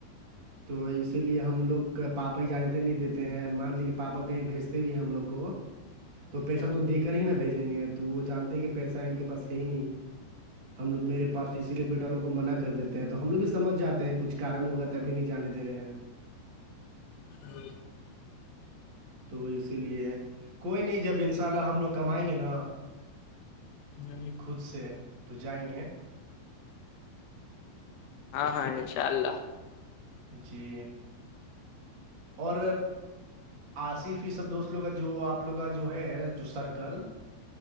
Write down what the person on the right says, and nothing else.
تو اسی لیے ہم لوگ پاپا اجازتیں نہیں دیتے ہیں مان لیج کے پاپا کہیں بھیجتے بھی ہیں ہم لوگ کو تو پیسہ
تو دے کر ہی نہ بھیجیں گے تو وہ جانتے کہ پیسہ ان کے پاس ہے ہی نہیں ہم لگ میرے پاس اسیے بیٹا لوگ کو منع کر دیتے ہیں تو ہم لوگ بھی سمج جاتے ہیں کچھ کم ہوگا تبھی نہیں جانے د رہے ہیں
تو اسی لیے کوئی نہیں جب ان شاء اللہ ہم لوگ کمائیں گے نا
خود سے تو جائیں گے
جی اور آسی فیصد دوست لوگ کا جو آپ لوگ کا جو ہے جو سرکل